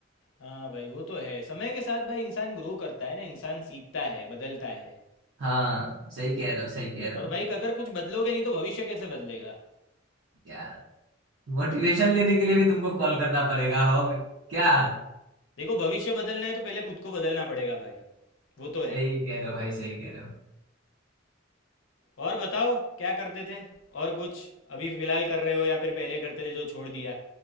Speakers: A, on the left; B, on the right.
A: हाँ भाई वो तो है समय के साथ भाई इंसान ग्रो करता है ना इंसान सीखता है बदलता है
B: हाँ सही कह रहे हो सही कह रहे
A: और
B: हो
A: भाई अगर कुछ बदलोगे नहीं तो भविष्य कैसे बदलेगा
B: यार मोटिवेशन लेने के लिए भी तुमको कॉल करना पड़ेगा हो
A: हम्म।
B: क्या
A: देखो भविष्य बदलना है तो पहले खुद को बदलना पड़ेगा भाई वो तो है
B: सही कह रहे हो भाई सही कह रहे हो
A: और बताओ क्या करते थे और कुछ अभी फिलहाल कर रहे हो या फिर पहले करते थे जो छोड़ दिया